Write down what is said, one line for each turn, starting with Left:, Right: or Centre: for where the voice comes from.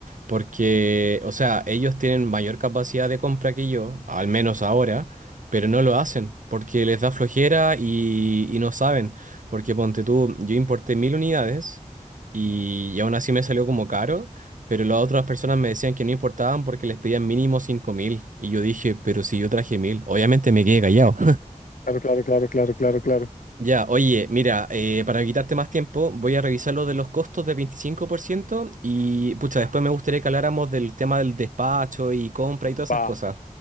Right: porque, o sea, ellos tienen mayor capacidad de compra que yo, al menos ahora, pero no lo hacen, porque les da flojera y, y no saben, porque ponte tú, yo importé mil unidades y, y aún así me salió como caro, pero las otras personas me decían que no importaban porque les pedían mínimo cinco mil, y yo dije, pero si yo traje mil, obviamente me quedé callado.
Left: Claro, claro, claro, claro, claro, claro.
Right: Ya, oye, mira, eh, para quitarte más tiempo, voy a revisar lo de los costos de 25% y, pucha, después me gustaría que habláramos del tema del despacho y compra y todas esas
Left: Va,
Right: cosas.